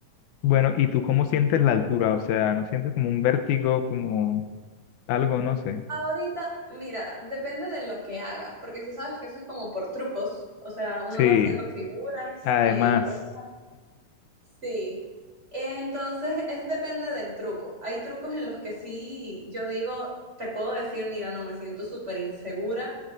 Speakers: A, on the left; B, on the right.
A: Bueno, ¿y tú cómo sientes la altura? O sea, ¿no sientes como un vértigo, como algo, no sé?
B: Ahorita, mira, depende de lo que haga, porque si sabes que eso es como por trucos, o sea, uno
A: Sí,
B: va haciendo figuras
A: además,
B: y cosas Sí. Entonces, es depende del truco. Hay trucos en los que sí, yo digo, te puedo decir, mira, no, me siento súper insegura